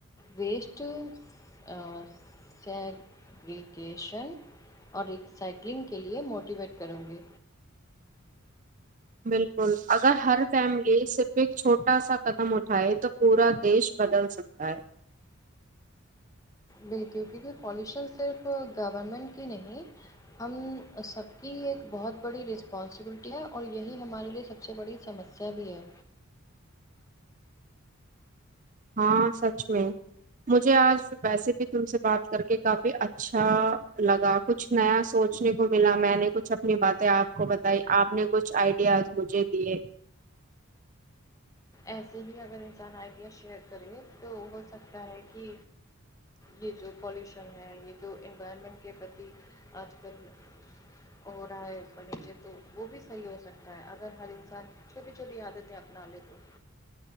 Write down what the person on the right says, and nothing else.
بالکل اگر ہر فیملی صرف ایک چھوٹا سا قدم اٹھائے تو پورا دیش بدل سکتا ہے
ہاں سچ میں مجھے آج ویسے بھی تم سے بات کر کے کافی اچھا لگا کچھ نیا سوچنے کو ملا میں نے کچھ اپنی باتیں آپ کو بتائی آپ نے کچھ آئی ڈیاس مجھے دیے